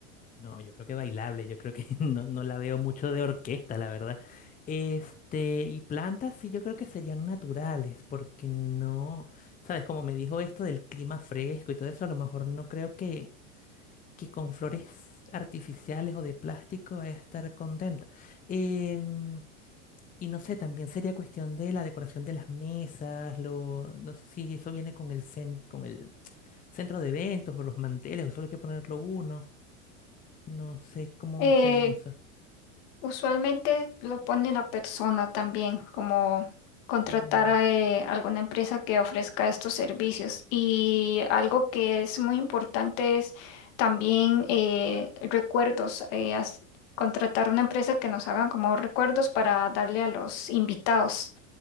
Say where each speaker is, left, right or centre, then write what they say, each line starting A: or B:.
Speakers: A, on the left; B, on the left.
A: No, yo creo que bailable, yo creo que <laughs> no, no la veo mucho de orquesta, la verdad. Este, y plantas sí yo creo que serían naturales, porque no, sabes, como me dijo esto del clima fresco y todo eso, a lo mejor no creo que, que con flores artificiales o de plástico vaya a estar contenta. Em, y no sé, también sería cuestión de la decoración de las mesas, lo, no sé si eso viene con el, cen- con el centro de eventos o los manteles, o solo hay que ponerlo uno. No sé cómo
B: Eh,
A: sería eso.
B: Usualmente lo pone la persona también, como contratar
A: Ya,
B: a eh, alguna empresa que ofrezca estos servicios. Y algo que es muy importante es también eh, recuerdos, eh, as- contratar una empresa que nos hagan como recuerdos para darle a los invitados